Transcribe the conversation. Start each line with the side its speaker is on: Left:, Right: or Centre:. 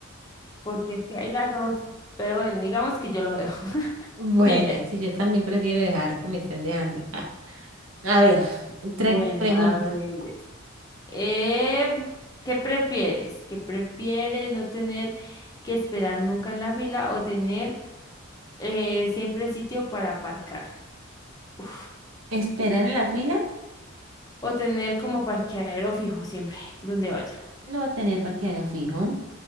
Left: porque es que hay las dos, pero bueno, digamos que yo lo dejo <laughs>
Right: Bueno,
Left: siempre.
Right: sí, yo también prefiero dejar que me estén dejando. Ah, A ver,
Left: Bueno,
Right: tre- pregunta.
Left: a ver. Eh, ¿qué prefieres? ¿Qué prefieres no tener que esperar nunca en la fila o tener eh, siempre sitio para aparcar? Uf.
Right: ¿Esperar en la fila?
Left: O tener como parqueadero fijo siempre, donde vaya.
Right: No tener parqueadero fijo.